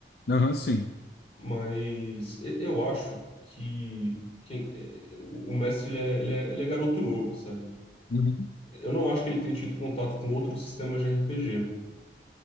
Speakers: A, on the left; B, on the left.
A: Aham, sim.
B: Mas e- eu acho que quem, é, o mestre ele é, ele é, ele é garoto novo, sabe?
A: Uhum.
B: Eu não acho que ele tenha tido contato com outros sistemas de RPG.